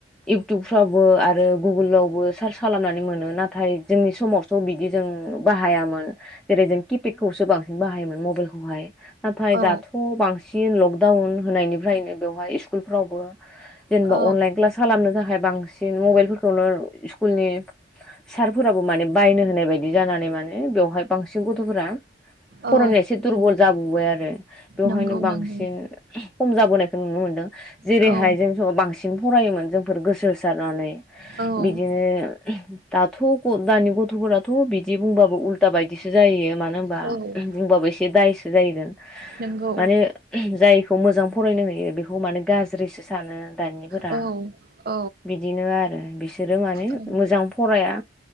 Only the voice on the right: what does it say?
औ
औ
औ
नंगौ
नंगौ
औ
औ
औ
नंगौ
औ औ
औ